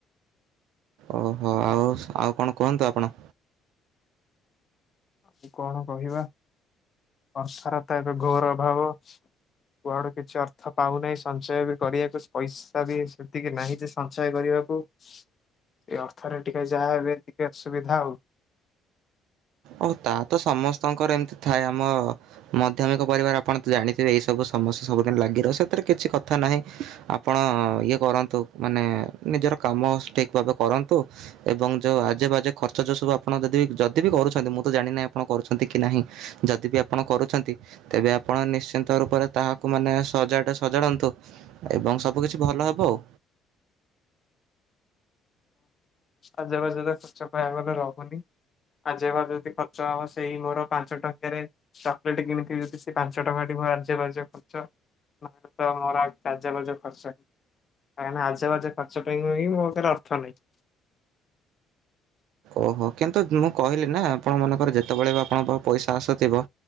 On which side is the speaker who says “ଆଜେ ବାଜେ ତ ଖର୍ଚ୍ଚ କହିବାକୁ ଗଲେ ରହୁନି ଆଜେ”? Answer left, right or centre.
Left